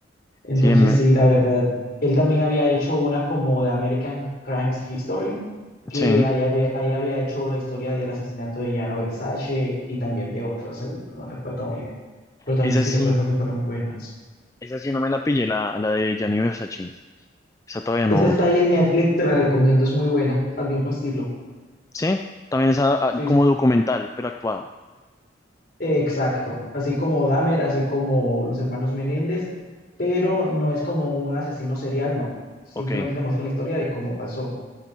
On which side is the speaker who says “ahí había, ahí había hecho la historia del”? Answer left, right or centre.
Left